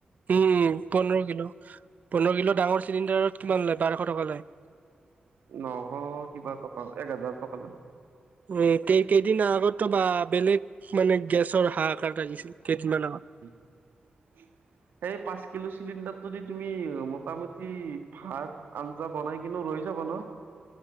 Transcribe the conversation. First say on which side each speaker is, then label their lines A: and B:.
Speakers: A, on the right; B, on the right.
A: উম উম পোন্ধৰ কিলো, পোন্ধৰ কিলো ডাঙৰ চিলিণ্ডাৰত কিমান লয় বাৰশ টকা লয়
B: নশ কিবা টকা এক হাজাৰ টকা লয়
A: এ কেই কেইদিন আগতো বা বেলেগ মানে গেছৰ হাহাকাৰ লাগিছিল কেইদিনমান আগত
B: <unintelligible> সেই পাঁচ কিলো চিলিণ্ডাৰটোদি তুমি মোটামুটি ভাত আঞ্জা বনাই কিনো ৰৈ যাব ন